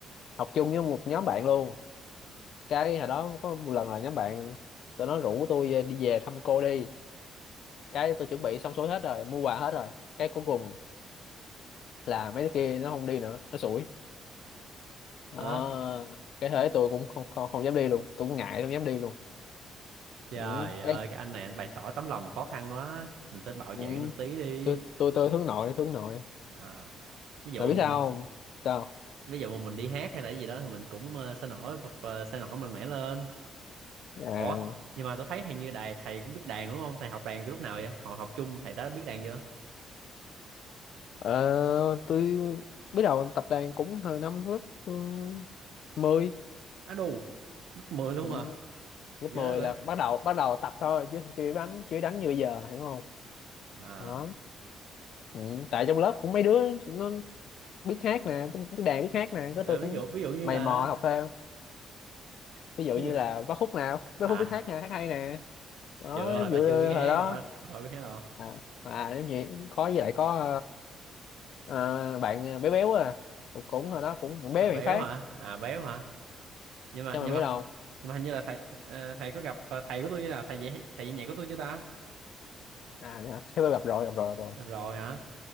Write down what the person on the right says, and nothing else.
Ờ,
Ờ,
trời
ơi,
cái anh này anh bày tỏ tấm lòng khó khăn quá. Mình phải bạo
dạn lên tí đi.
Ờ, ví dụ
mà,
ví dụ mà mình đi hát hay là cái gì đó thì mình cũng ờ, sôi nổi, uh, sôi nổi mạnh mẽ lên.
Ủa, nhưng mà tôi thấy hình như đài thầy cũng biết đàn đúng không? Thầy học đàn từ lúc nào vậy? Hồi học chung thầy đã biết đàn chưa?
á đù lớp 10 luôn
à
ghê
vậy
à
rồi
ví
dụ ví dụ như
là
ví
dụ
à
chưa hồi
đó
chưa biết hát
rồi đó hồi đó biết hát đâu
à,
béo
hả à béo hả nhưng mà
nhưng
mà
nhưng mà hình như là thầy ờ, thầy có gặp ờ, thầy của tôi chưa là thầy dạy thầy dạy nhạc của tôi chưa ta
rồi hả